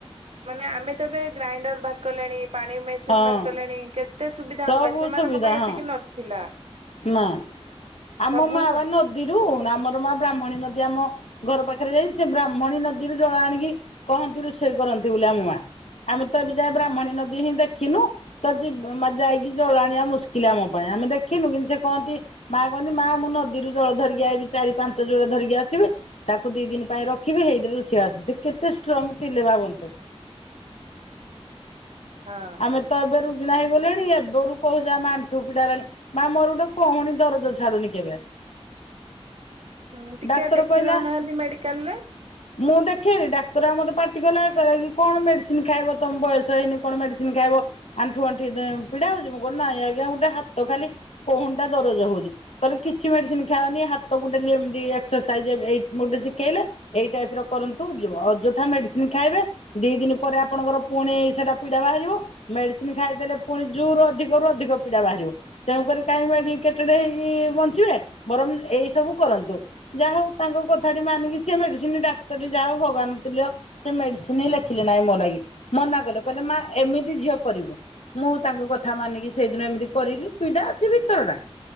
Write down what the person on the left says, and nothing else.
ହଁ।
ସବୁ
ସୁବିଧା
ହଁ
ନା। ଆମ
ମା ବା ନଦୀରୁ ଆମର ମା ବ୍ରାହ୍ମଣୀ ନଦୀ ଆମ ଘର ପାଖରେ ଯାଇ ସେ ବ୍ରାହ୍ମଣୀ ନଦୀରୁ ଜଳ ଆଣିକି କହନ୍ତି ରୋଷେଇ କରନ୍ତି ବୋଲି ଆମ ମା ଆମେ ତ ଏବେ ଯା ବ୍ରାହ୍ମଣୀ ନଦୀ ହିଁ ଦେଖ ଦେଖିନୁ ତ ଯାଇକି ଜଳ ଆଣିବା ମୁସ୍କିଲ ଆମ ପାଇଁ ଆମେ ଦେଖିନୁ କିନ୍ତୁ ସେ କହନ୍ତି ମା କହନ୍ତି ମା ମୁଁ ନଦୀରୁ ଜଳ ଧରିକି ଆଇିବି ଚାରି ପାଞ୍ଚ ଜୋଳ ଧରିକି ଆସିବେ ତାକୁ ଦି ଦିନ ପାଇଁ ରଖିବି ଏଇଥିରେରୁ ସିଏ ଆସୁ ସେ କେତେ ଷ୍ଟ୍ରଙ୍ଗ ଥିଲେ ଭାବନ୍ତୁ।
ଆମେ ତ ଏବୋରୁ କିଣା ହେଇଗଲେଣି ଏବେରୁ କହୁଛ ଆ ଆଣ୍ଠୁ ପିଡା ହେଲାଣି ମା ମୋର ଗୋଟେ କହୁଣୀ ଦରଜ ଛାଡୁନି କେବେ।
ଡାକ୍ତର
କହିଲା
ମୁଁ ଦେଖେନି ଡାକ୍ତର ଆଉ ମତେ ପା ଗଲା କି କଣ ମେଡିସିନ ଖାଇବ ତମ ବୟସ ହେଇନି କଣ ମେଡିସିନ ଖାଇବ ଆଣ୍ଠୁ ଆଣ୍ଠି ପିଡା ହଉଛି ମୁଁ କଣ ଆଜଞା ଗୋଟେ ହାତ ଖାଲି କହୁଣ୍ଟା ଦରଜ ହଉଛି କହିଲେ କିଛି ମେଡିସିନ ଖାଇଅନି ହାତକୁମକ୍ସରସାଇଜ ଗୋଟେ ଶିଖେଇଲେ ଏଇ ଟାଇପ ର କରନ୍ତୁ ଅଯଥା ମେଡିସିନ ଖାଇବେ ଦି ଦିନ ପରେ ଆପଣଙ୍କର ପୁଣି ସେଟା ପିଡା ବା ମେସିନ ଖାଇଦଲେ ପୁଣି ଜୋରୁ ଅଧିକରୁୁ ଅଧିକ ପୀଡା ବାହାରିବ ତେଣୁକ କାହିଁ କେତେ ହେଇକି ବଞ୍ଚିବେ ବରଂ ଏଇ ସବୁ କରନ୍ତୁ ଯାହା ହଉ ତାଙ୍କ କଥାଟି ମାନିକି ସେ ମେଡିସିନ ଡାକ୍ତର ଯାହଉ ଭଗାନୁଲ ସେ ମେଡିସିନ ହଁ ଲେଖିଲେ ନାହିଁ ମୋ ଲାଗି ମନା କଲେ କହିଲେ ମା ଏମିତି ଝିଅ କରିବୁ। ମୁଁ ତାଙ୍କ କଥା ମାନିକି ସେଇଦିନ ଏମିତି କରିଲି ପୀଡ଼ା ଅଛି ଭିତରଟା